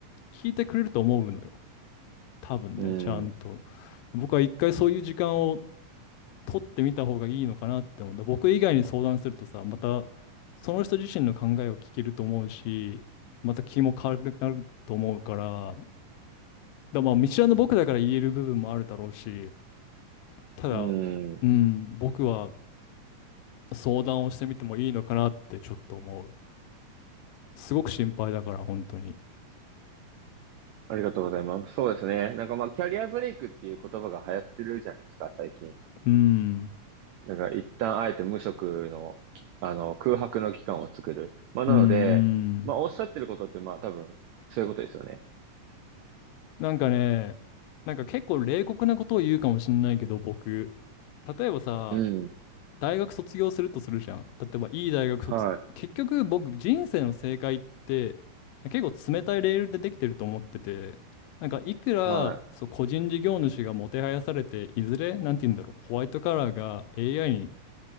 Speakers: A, on the left; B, on the right.
A: 聞いてくれると思うのよ。多分ね、
B: うん、
A: ちゃんと。僕は一回そういう時間を取ってみた方がいいのかなって思うんだ。僕以外に相談するとさ、またその人自身の考えを聞けると思うし、また気も軽くなると思うから、だまあ、見知らぬ僕だから言える部分もあるだろうし、ただ、
B: うん。
A: うん、僕は相談をしてみてもいいのかなってちょっと思う。すごく心配だから、本当に。
B: ありがとうございます。そうですね。なんかまあ、キャリアブレイクっていう言葉が流行ってるじゃないですか、最近。
A: うん、
B: なんか一旦あえて無職の、きあの、空白の期間を作る。まあ、なので、
A: うん、うん。
B: まあ、おっしゃってることってまあ、多分、そういうことですよね。
A: なんかね、なんか結構冷酷なことを言うかもしれないけど、僕。例えばさ、
B: うん。
A: 大学卒業するとするじゃん。例えばいい大学卒、
B: はい。
A: 結局僕人生の正解って結構冷たいレールでできてると思ってて、なんかいくらそう個人事業主がもてはやされて、
B: は
A: いずれなんて言うんだろう、ホワイトカラーが AI に